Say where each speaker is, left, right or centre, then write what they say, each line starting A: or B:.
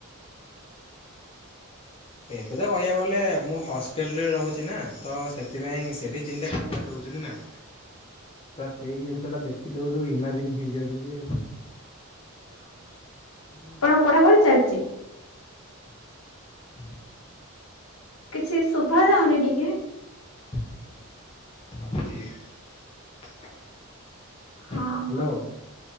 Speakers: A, on the left (about 25°); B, on the left (about 75°).
A: ଏବେ ତ କହିବାକୁ ଗଲେ ମୁଁ ହଷ୍ଟେଲରେ ରହୁଛି ନା ତ ସେଥିପାଇଁ ସେଠି ଯିଁତିଆ ଖାଇବା ଦେଉଛନ୍ତି ନା।
B: ହୁଁ
A: ତ ସେଇ ଜିନିଷ ଟା ଦେଖି ଦଉ ଦଉ ଇମାଜିନ୍ ହେଇଯାଉଛି ଯେ। <inaudible>
B: ପଢ଼ା ପଢ଼ି ଚାଲିଛି।
A: ହଁ ପାଠ ପଢା
B: କିଛି ଶୁଭା ଯାଉନି ଟିକେ।
A: ମୁଁ କହିଲି ପାଠ ହଁ ଚାଲିଛି।
B: ହଁ
A: ହ୍ୟାଲୋ
B: ହଁ